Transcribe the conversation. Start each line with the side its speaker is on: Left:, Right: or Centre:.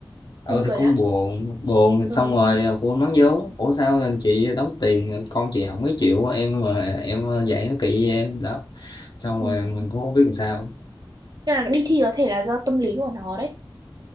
Left: ờ
Right: buồn
Left: thì
Right: cười
Left: con
Right: lắm
Left: buồn buồn xong
Right: ừ.
Left: rồi ờ, cô nói vốn ủa sao anh chị đóng tiền con chị không mấy chịu em mà em ờ, dạy nó kỵ với em đó xong
Right: ừ
Left: rồi mình
Right: ừ.
Left: cũng không biết làm sao
Right: nhưng mà đi thi có thể là do tâm lý của nó đấy